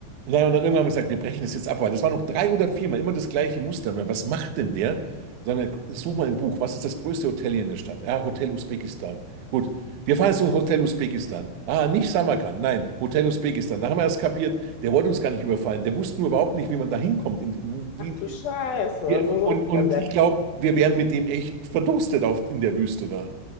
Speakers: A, on the right; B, on the left.
A: Naja, und dann irgendwann haben wir gesagt, wir brechen das jetzt ab, weil das war noch drei oder viermal immer das gleiche Muster. Und dann, Was macht denn der? Dann such mal ein Buch. Was ist das größte Hotel hier in der Stadt? Ah, Hotel Usbekistan. Gut, wir fahren jetzt zum Hotel Usbekistan. Ah, nicht Samarkand, nein, Hotel Usbekistan. Da haben wir erst kapiert, der wollte uns gar nicht überfallen. Der wusste nur überhaupt nicht, wie man da hinkommt. In-
B: Ach
A: Wie,
B: du Scheiße,
A: wir,
B: also ein
A: und,
B: richtiger
A: und
B: Depp.
A: ich glaube, wir wären mit dem echt verdurstet auf, in der Wüste da.